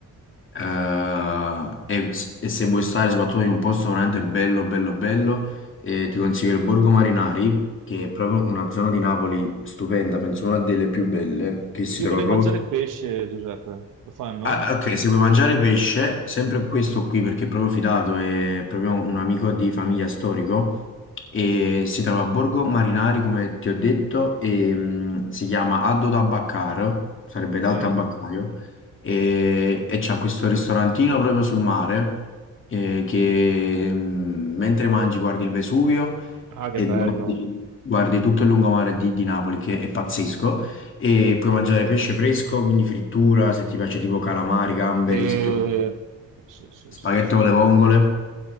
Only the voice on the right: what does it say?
Io
vorrei
mangiare pesce, Giuseppe. Lo fanno?
Ok.
Ah, che
bello.
Sì,
sì, sì,
sì, sì.